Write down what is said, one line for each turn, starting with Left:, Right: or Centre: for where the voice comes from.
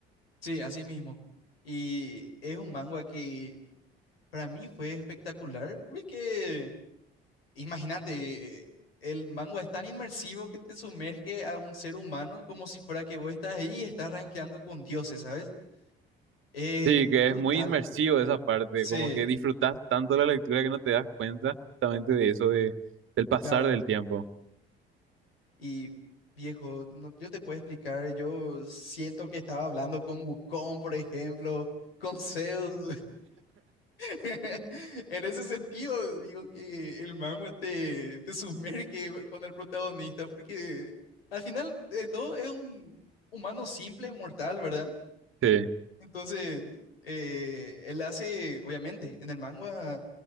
Left: sí, así mismo. Y es un manga que para mí fue espectacular porque... Imagínate, eh, el manga es tan inmersivo que te sumerge a un ser humano como si fuera que vos estás ahí y estás rankeando con dioses, ¿sabes? Eh,
Right: Sí, que
Left: brutal.
Right: es muy inmersivo esa parte,
Left: Sí,
Right: como que disfrutas tanto la lectura que no te das cuenta justamente de eso, de, del pasar
Left: claro.
Right: del tiempo.
Left: Y viejo, no- yo te puedo explicar, yo siento que estaba hablando con Wukong, por ejemplo, con Zeus. <laughs> En ese sentido, digo que el manga te, te sumerge con el protagonista, porque al final de todo es un humano simple, mortal, ¿verdad?
Right: Sí,
Left: Entonces, eh, él hace, obviamente, en el manga